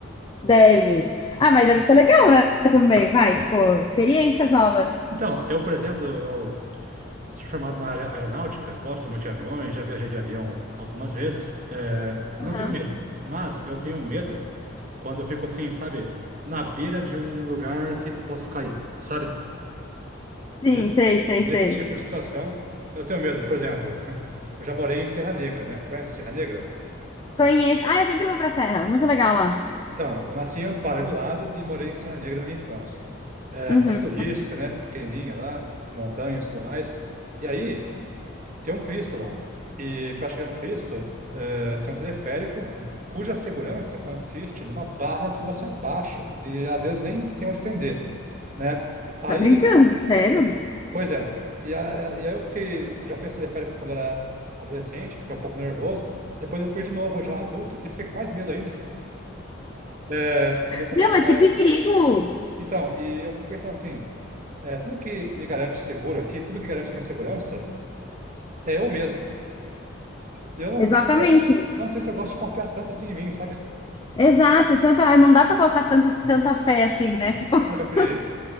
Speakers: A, on the left (about 20°); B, on the right (about 40°).
A: Deve. Ah, mas deve ser legal, né? Também, vai, tipo, experiências novas.
B: Então, eu, por exemplo, eu Sou formado na área aeronáutica, gosto muito de aviões, já viajei de avião algumas vezes, eh, e
A: Aham.
B: não tenho medo. Mas eu tenho medo quando eu fico assim, sabe, na beira de um lugar que posso cair, sabe?
A: Sim,
B: Nesse,
A: sei, sei,
B: nesse
A: sei.
B: tipo de situação, eu tenho medo. Por exemplo, <laughs> eu já morei em Serra Negra, né? Conhece Serra Negra?
A: Conheço. Ah, eu sempre vou pra Serra. Muito legal lá.
B: Então, eu nasci em Amparo do lado e morei em Serra Negra na minha infância. É,
A: Uhum.
B: cidade turística, né? Pequenininha lá, montanhas e tudo mais. E aí, Tem um Cristo lá. E para chegar no Cristo, eh, tem um teleférico cuja segurança consiste numa barra que você abaixa e às vezes nem tem onde prender, né? Aí,
A: Tá brincando, sério?
B: pois é. E, a- e aí eu fiquei, eu já fui nesse teleférico quando era adolescente, fiquei um pouco nervoso. Depois eu fui de novo já adulto e fiquei com mais medo ainda. <laughs> É, pra você ver como
A: Não,
B: a gente
A: mas
B: vai.
A: que perigo!
B: Então, e eu fico pensando assim, eh, tudo que me garante seguro aqui, tudo que garante a minha segurança é eu mesmo. Eu não
A: Exatamente.
B: sei se eu gosto, não sei se eu gosto de confiar tanto assim em mim, sabe?
A: Exato. Tanta, não dá pra colocar tanta, tanta fé assim, né?
B: <laughs>
A: Tipo,
B: Sobre
A: <laughs>
B: aquele,